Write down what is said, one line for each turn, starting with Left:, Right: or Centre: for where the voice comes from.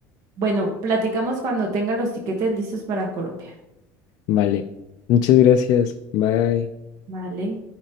Right: Bueno, platicamos cuando tenga los tiquetes listos para Colombia.
Left: Vale. Muchas gracias. Bye.
Right: Vale.